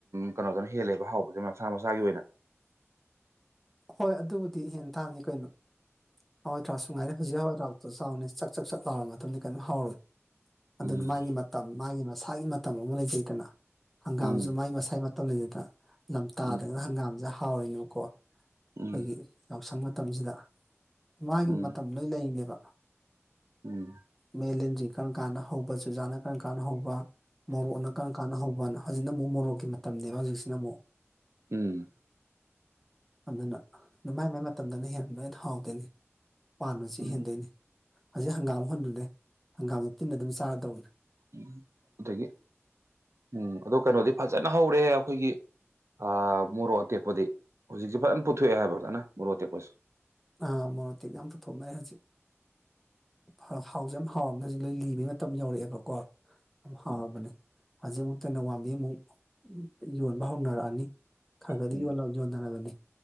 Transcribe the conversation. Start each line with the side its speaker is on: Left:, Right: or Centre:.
Right: ꯀꯩꯅꯣꯗꯅ ꯍꯦꯜꯂꯕ ꯍꯥꯎꯕꯗ ꯃꯁꯥ ꯃꯁꯥꯒꯤ ꯑꯣꯏꯅ
Centre: ꯍꯣꯏ ꯑꯗꯨꯕꯨꯗꯤ ꯍꯦ ꯊꯥꯅꯤ ꯀꯩꯅꯣ ꯍꯋꯥꯏ ꯊꯔꯥꯛꯁꯨ ꯉꯥꯏꯔꯦ ꯍꯧꯖꯤꯛ ꯍꯋꯥꯏꯗꯔꯥꯛꯇꯁꯨ ꯆꯥꯎꯅꯤ ꯆꯥꯛ ꯆꯥꯛ ꯆꯥꯛ ꯂꯥꯎꯔꯕ ꯃꯇꯨꯡꯗꯤ ꯀꯩꯅꯝ ꯍꯥꯎꯔꯣꯏ
Right: ꯎꯝ
Centre: ꯑꯗꯨꯅ ꯃꯥꯒꯤ ꯃꯇꯝ ꯃꯥꯒꯤ ꯃꯁꯥꯒꯤ ꯃꯇꯝ ꯑꯃ ꯂꯩꯖꯩꯗꯅ ꯍꯪꯒꯥꯝꯁꯨ
Right: ꯎꯝ
Centre: ꯃꯥꯒꯤ ꯃꯁꯥꯒꯤ ꯃꯇꯝ ꯂꯩꯖꯩꯗꯅ ꯂꯝꯇꯥꯗꯅ
Right: ꯎꯝ
Centre: ꯍꯪꯒꯥꯝꯁꯦ ꯍꯥꯎꯔꯤꯅꯩꯀꯣ ꯑꯩꯈꯣꯏꯒꯤ
Right: ꯎꯝ
Centre: ꯌꯥꯎꯁꯪ ꯃꯇꯝꯁꯤꯗ ꯃꯥꯒꯤ
Right: ꯎꯝ
Centre: ꯃꯇꯝ ꯂꯣꯏ ꯂꯩꯅꯦꯕ
Right: ꯎꯝ
Centre: ꯃꯦꯂꯟꯗ꯭ꯔꯤ ꯀꯔꯝ ꯀꯥꯟꯅ ꯍꯧꯕ ꯆꯨꯖꯥꯅ ꯀꯔꯝ ꯀꯥꯟꯅ ꯍꯧꯕ ꯃꯣꯔꯣꯛꯅ ꯀꯔꯝ ꯀꯥꯟꯅ ꯍꯧꯕꯅ ꯍꯧꯖꯤꯛꯅ ꯑꯃꯨꯛ ꯃꯣꯔꯣꯛꯀꯤ ꯃꯇꯝꯅꯦꯕ ꯍꯧꯖꯤꯛꯁꯤꯅ ꯑꯃꯨꯛ
Right: ꯎꯝ
Centre: ꯑꯗꯨꯅ ꯃꯥꯏ ꯃꯥꯏ ꯃꯇꯝꯗꯅ ꯍꯦꯟ ꯂꯣꯏꯅ ꯍꯥꯎꯗꯣꯏꯅꯤ ꯄꯥꯟꯕꯁꯨ
Right: ꯎꯝ
Centre: ꯍꯦꯟꯗꯣꯏꯅꯤ ꯍꯧꯖꯤꯛ ꯍꯪꯒꯥꯝ ꯍꯨꯟꯂꯨꯅꯦ ꯍꯪꯒꯥꯝꯗ ꯇꯤꯟꯅ ꯑꯗꯨꯝ ꯆꯥꯔꯗꯧꯕꯅꯦ꯫
Right: ꯎꯝ ꯑꯗꯒꯤ ꯎꯝ ꯑꯗꯣ ꯀꯩꯅꯣꯗꯤ ꯐꯖꯅ ꯍꯧꯔꯦ ꯑꯩꯈꯣꯏꯒꯤ ꯑ ꯃꯣꯔꯣꯛ ꯑꯇꯦꯛꯄꯗꯤ ꯍꯧꯖꯤꯛꯁꯦ ꯐꯖꯅ ꯄꯨꯊꯣꯛꯑꯦ ꯍꯥꯏꯕ ꯀꯥꯟꯅ ꯃꯣꯔꯣꯛ ꯑꯇꯦꯛꯄꯁꯦ꯫
Centre: ꯑꯥ ꯃꯦꯛ ꯑꯇꯦꯛꯄ ꯌꯥꯝ ꯄꯨꯊꯣꯛꯅꯔꯦ ꯍꯧꯖꯤꯛ ꯑꯣ ꯍꯥꯎꯁꯨ ꯌꯥꯝ ꯍꯥꯎꯔꯝꯒꯁꯨ ꯂꯣꯏ ꯂꯤꯕꯩ ꯃꯇꯝ ꯌꯧꯔꯛꯑꯦꯕꯀꯣ ꯌꯥꯝ ꯍꯥꯎꯔꯕꯅꯦ
Right: ꯎꯝ
Centre: ꯍꯧꯖꯤꯛ ꯑꯃꯨꯛ ꯇꯅꯋꯥꯡꯗꯤ ꯑꯃꯨꯛ ꯌꯣꯟꯕ ꯍꯧꯅꯔꯛꯑꯅꯤ ꯈꯔ ꯈꯗꯤ
Right: ꯎꯝ
Centre: ꯌꯣꯟꯅꯔꯕꯅꯤ